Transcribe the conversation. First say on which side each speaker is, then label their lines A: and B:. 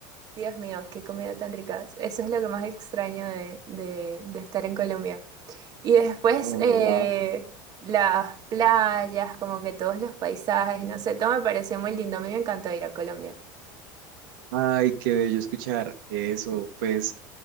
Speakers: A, on the right (about 40°); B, on the right (about 75°).
A: Dios mío, qué comida tan rica. Eso es lo que más extraño de, de- de estar en Colombia. Y después
B: Oh,
A: eh,
B: wow.
A: las playas, como que todos los paisajes, no sé, todo me pareció muy lindo. A mí me encantó ir a Colombia.
B: Ay, qué bello escuchar eso. Pues,